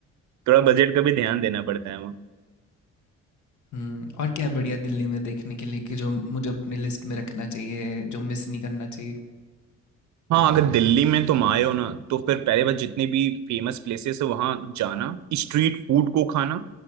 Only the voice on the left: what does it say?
हम्म और क्या है बढ़िया दिल्ली में देखने के लिए कि जो मुझे अपनी लिस्ट में रखना चाहिए जो मिस नहीं करना चाहिए